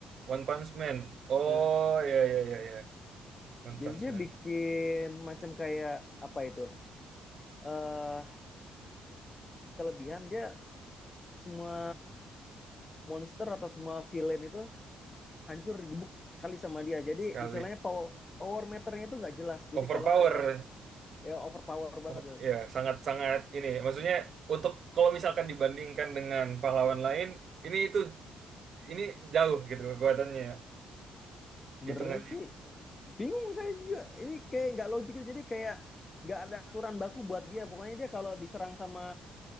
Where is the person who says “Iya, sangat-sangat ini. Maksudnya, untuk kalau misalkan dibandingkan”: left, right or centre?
Right